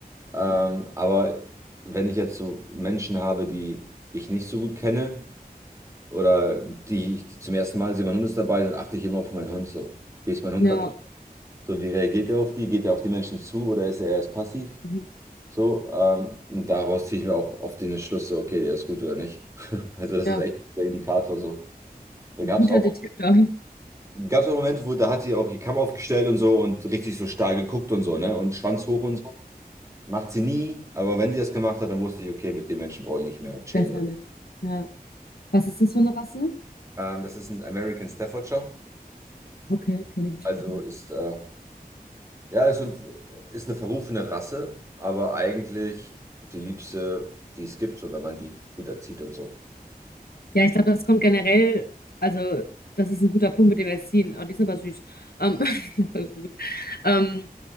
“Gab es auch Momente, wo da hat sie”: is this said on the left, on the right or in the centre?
Right